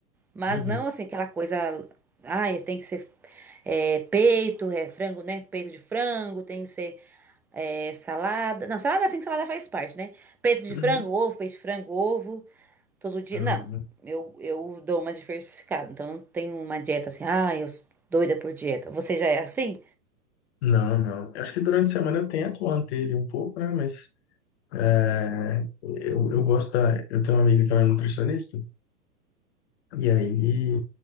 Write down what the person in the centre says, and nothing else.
Mas
não assim, aquela coisa. Ai, tem que ser é, peito, é frango, né? Peito de frango, tem que ser é, salada. Não, salada assim que salada faz parte, né? Peito de
frango, ovo, peito de frango, ovo. Todo dia.
Não,
eu, eu dou uma diversificada. Então não tenho uma dieta assim. Ai, eu sou doida por dieta. Você já é assim?